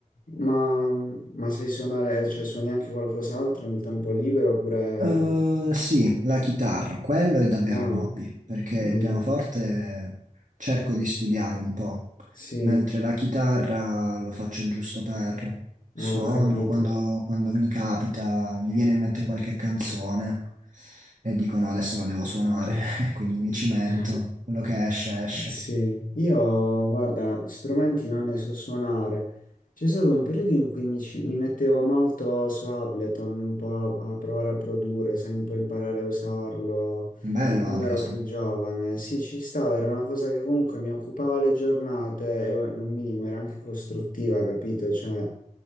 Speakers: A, on the left; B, on the right.
A: Ma, ma sai suonare, cioè suoni anche qualcos'altro nel tempo libero oppure
B: Eh,
A: no?
B: sì, la chitarra, quello è davvero
A: Ah,
B: un hobby, perché
A: mm,
B: il pianoforte cerco di studiare un po',
A: sì,
B: mentre la chitarra lo faccio giusto per suono,
A: ah, ho capito.
B: quando, quando mi capita, mi viene in mente qualche canzone e dico no, adesso la devo suonare,
A: <laughs>
B: <laughs> quindi mi cimento, quello che esce esce.
A: Mm. Sì, io guarda, strumenti non ne so suonare. C'è stato un periodo in cui mi, ci- mi mettevo molto su Ableton, un po' a, a provare a produrre, sai, un po' imparare a usarlo.
B: Bello
A: Quando
B: Ableton.
A: ero più giovane, sì, ci stava, era una cosa che comunque mi occupava le giornate e un minimo era anche costruttiva, capito? Cioè,